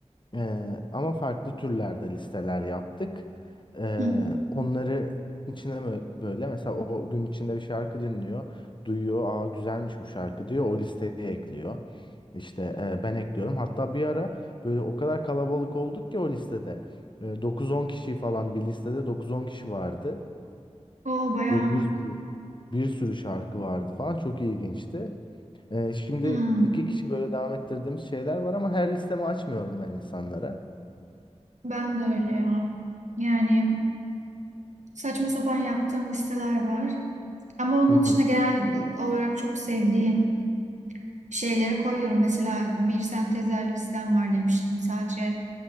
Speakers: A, on the left (about 40°); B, on the right (about 80°).
A: Ee, ama farklı türlerde listeler yaptık. Ee,
B: Hı.
A: onları içine bö- böyle mesela o gün içinde bir şarkı dinliyor. Duyuyor, aa güzelmiş bu şarkı diyor. O listeye ekliyor. İşte e, ben ekliyorum. Hatta bir ara böyle o kadar kalabalık olduk ki o listede. E, 9-10 kişi falan bir listede 9-10 kişi vardı.
B: O bayağı
A: Ve bir sürü bir sürü şarkı vardı falan. Çok ilginçti. Ee, şimdi
B: hmm,
A: iki kişi böyle devam ettirdiğimiz şeyler var ama her listemi açmıyorum ben insanlara.
B: ben de öyle ya. Yani saçma sapan yaptığım listeler var. Ama onun
A: Hı hı.
B: dışında genel olarak çok sevdiğim şeylere koyuyorum. Mesela bir sentezer listem var demiştim. Sadece